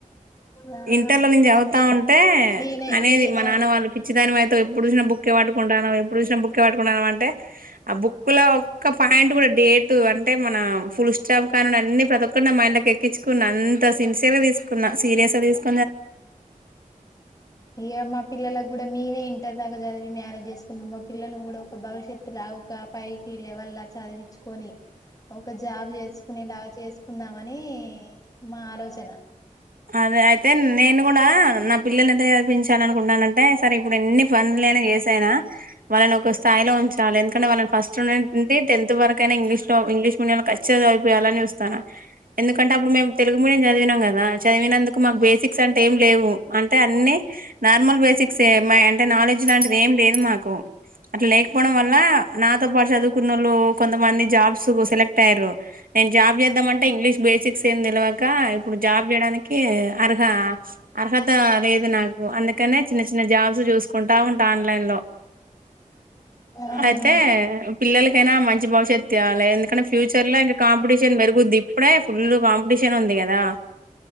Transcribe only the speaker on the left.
ఆ
మప్పి
నేనే
నీ
ఆ
ఏ మా పిల్లల గ్ కూడా మేమే ఇంటర్ దాకా చదివి మ్యారేజ్ చేసుకుని మా పిల్లలను కూడా ఒక భవిష్యత్తు ఒక పైకి లెవల్ చదివించుకొని ఒక జాబ్ చేసుకునేలా చేసుకుందామని మా ఆలోసన
అవునా